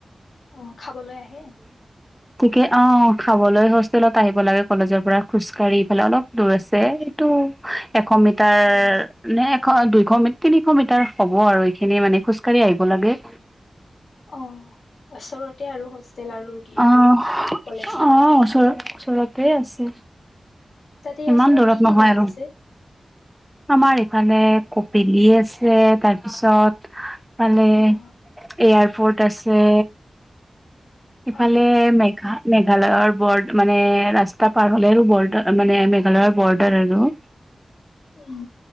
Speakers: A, on the left; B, in the centre.
A: অহ, খাবলৈ আহে।
B: তিকে অ' খাবলৈ হোষ্টেলত আহিব লাগে কলেজৰ পৰা খোজকাঢ়িফালে অলপ দূৰ আছে এইটো উম। এশ মিটাৰ
A: উম,
B: নে এশ দুইশ তিনিশ মিটাৰ হ'ব আৰু এইখিনি মানে খোজকাঢ়ি আহিব। হ'ব লাগে।
A: অ ওচৰতে আৰু হোষ্টেল আৰু
B: অহ
A: এইটো কলেজটো।
B: অহ ওচৰ ওচৰতে আছে
A: তাতে
B: ইমান
A: ওচৰত
B: দূৰত
A: কি কি
B: নহয়
A: জাগা
B: আৰু।
A: আছে
B: আমাৰ ইফালে কপিলি আছে তাৰপিছত। মানে
A: অ
B: এয়াৰফৰ্ট আছে। ইফালে
A: অ
B: মেঘা। মেঘালয়ৰ বদ মানে ৰাস্তা পাৰ হ'লে আৰু বৰ্ডাৰ মানে মেঘালয়ৰ বৰ্ডাৰ আৰু। <unintelligible>
A: উম।